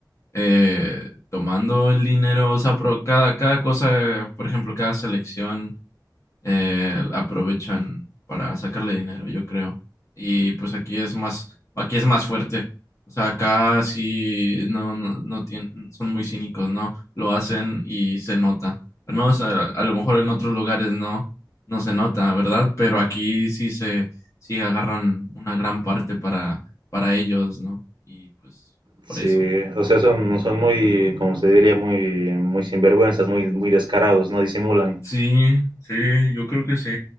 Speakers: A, on the left (about 40°); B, on the right (about 80°).
A: eh, tomando el dinero, o sea, pero cada, cada cosa, por ejemplo, cada selección eh, aprovechan para sacarle dinero, yo creo. Y pues aquí es más, aquí es más fuerte. O sea, acá sí no, no, no tienen, son muy cínicos, ¿no? Lo hacen y se nota. Al menos a, a lo mejor en otros lugares no, no se nota, ¿verdad? Pero aquí sí se, sí agarran una gran parte para, para ellos, ¿no? Y pues
B: Sí,
A: por eso.
B: o sea, son, son muy, como se diría, muy, muy sinvergüenzas, muy, muy descarados, no disimulan.
A: Sí, sí, yo creo que sí.